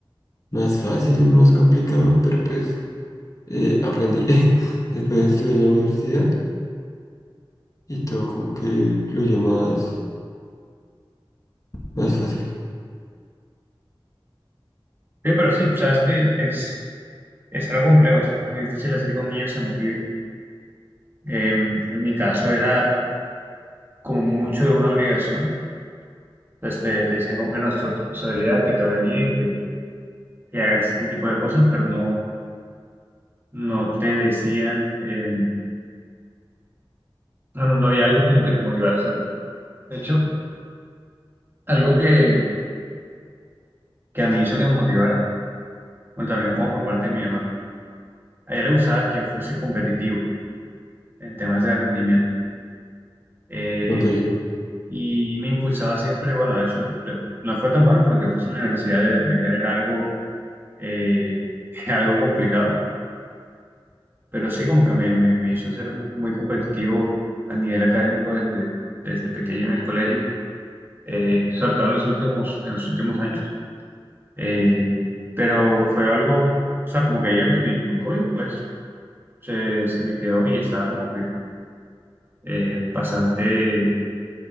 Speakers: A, on the left (about 35°); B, on the right (about 25°).
A: más fácil y menos complicado, pero pues eh, aprendí. <laughs> Después estudié en la universidad y todo como que fluyó más, más fácil.
B: Sí, pero sí, sabes que es, es algo complejo, o sea, es muy difícil hacer que un niño se motive. Eh, en mi caso era como mucho de una obligación, entonces te, te decían como que no es tu responsabilidad, que te vaya bien, que, que hagas este tipo de cosas, pero no, no te decían, eh, no, no había algo como que te motivara a hacerlo. De hecho, algo que, que a mí hizo que me motivara bueno, también como por parte de mi mamá. A ella le gustaba que yo fuese competitivo en temas de rendimiento. Eh,
A: Ok,
B: y me impulsaba siempre, bueno, de hecho, eh, no fue tan bueno porque después en la universidad era era algo, eh, <laughs> algo complicado, pero sí como que me, me, me hizo ser muy, muy competitivo a nivel académico desde, desde pequeño en el colegio, eh, sobre todo en los últimos, en los últimos años. Eh, pero fue algo, o sea, como que ella me, me inculcó y pues se, se me quedó y estaba como que eh, bastante